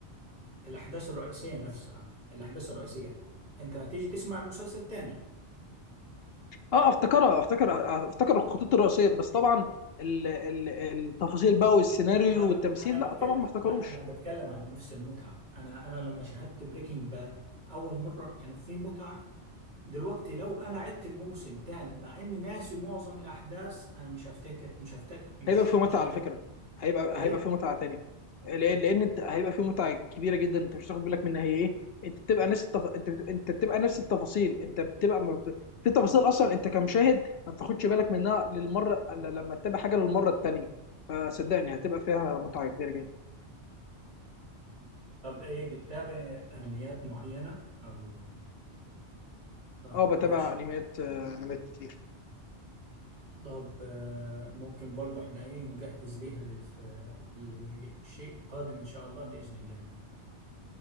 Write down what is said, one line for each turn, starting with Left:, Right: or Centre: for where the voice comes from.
Right: الاحداث الرئيسية نفسها الاحداث الرئيسية انت هتيجي تسمع المسلسل تاني
Left: اه افتكرها افتكر افتكر الخطوط الرئيسيه بس طبعا ال- ال- التفاصيل بقى والسيناريو
Right: انا ب...
Left: والتمثيل
Right: انا بتكلم
Left: لا طبعا ما افتكروش
Right: لا انا بتكلم على نفس المتعة انا انا لما شاهدت بريكنج باد اول مرة كانت في متعة دلوقتي لو انا عدت الموسم تاني مع اني ناسي معظم الاحداث انا مش هفتكر مش هفتكر مش
Left: هيبقى فيه
Right: مش
Left: متعه
Right: هفتكر
Left: على فكره هيبقى
Right: ايه
Left: هيبقى فيه متعه تانية لان لان انت هيبقى فيه متعه كبيره جدا انت مش هتاخد بالك منها هي ايه انت بتبقى نفس التف... انت بت... انت بتبقى نفس التفاصيل انت بتبقى ما بت... في تفاصيل اصلا انت كمشاهد ما بتاخدش بالك منها للمره الا لما تتابع حاجه للمره التانية فصدقني هتبقى فيها متعه كبيره جدا
Right: طب ايه بتتابع انميات معينة او طب
Left: اه بتابع
Right: ماشي
Left: انميات آه، انميات كتير
Right: طب آه، ممكن برضو احنا ايه نجهز ليها للف... لشيء قادم ان شاء الله بإذن الله يعني.